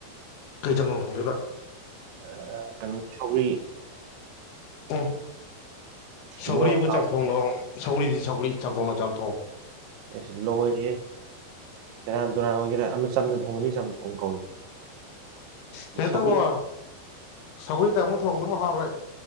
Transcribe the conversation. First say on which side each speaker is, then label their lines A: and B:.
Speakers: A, on the left; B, on the right.
A: ꯀꯩꯆꯝꯊꯣꯡ ꯊꯣꯡꯗꯣꯏꯕ
B: ꯑꯥ ꯀꯩꯅꯣ ꯁꯧꯔꯤ
A: ꯑꯦ ꯁꯧꯔꯤꯕꯨ
B: ꯃꯣꯔ ꯂꯥꯎ
A: ꯆꯥꯝꯊꯣꯡꯂꯣ ꯁꯧꯒ꯭ꯔꯤꯗꯤ ꯁꯧꯒ꯭ꯔꯤ ꯆꯥꯝꯊꯣꯛꯅ ꯆꯥꯝꯊꯣꯡ
B: ꯑꯁ ꯂꯣꯏꯔꯦꯌꯦ ꯁꯦꯔꯥꯟ ꯇꯨꯔꯥꯟ ꯑꯣꯏꯒꯦꯔꯥ ꯑꯃ ꯆꯝꯅ ꯊꯣꯡꯉꯅꯤ ꯆꯝꯊꯣꯡ ꯀꯧꯏ
A: ꯀꯩꯅ
B: ꯁꯧꯒ꯭ꯔꯤ
A: ꯇꯧꯋꯣ ꯁꯧꯒꯔꯤ ꯇ ꯑꯃꯨꯛ ꯊꯣꯡꯕꯗꯣ ꯍꯥꯎꯔꯣꯏ